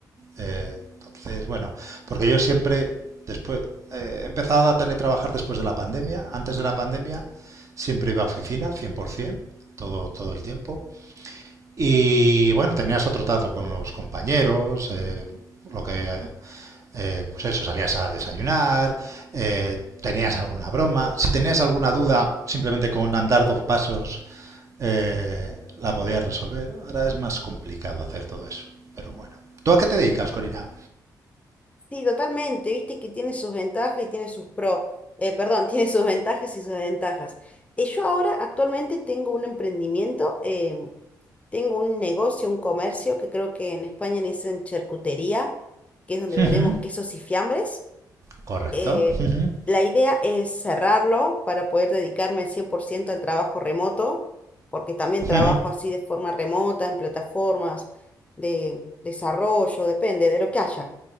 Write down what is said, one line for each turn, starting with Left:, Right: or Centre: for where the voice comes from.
Right: Eh, entonces, bueno, porque yo siempre, después, eh, he empezado a teletrabajar después de la pandemia. Antes de la pandemia siempre iba a oficina, 100%, todo, todo el tiempo. Y bueno, tenías otro trato con los compañeros, eh, lo que, eh, pues eso, salías a desayunar, eh, tenías alguna broma. Si tenías alguna duda, simplemente con andar dos pasos eh, la podías resolver. Ahora es más complicado hacer todo eso. Pero bueno. ¿Tú a qué te dedicas, Corina?
Left: Sí, totalmente. Viste que tiene sus ventajas y tiene sus pros. Eh, perdón, <laughs> tiene sus ventajas y sus ventajas. Eh, yo ahora actualmente tengo un emprendimiento, em, tengo un negocio, un comercio que creo que en España le dicen charcutería, que es donde
Right: Ujú,
Left: vendemos quesos y fiambres.
Right: Correcto.
Left: eh,
Right: Ujú,
Left: la idea es cerrarlo para poder dedicarme al 100% al trabajo remoto, porque también
Right: ujú.
Left: trabajo así de forma remota, en plataformas de desarrollo, depende de lo que haya.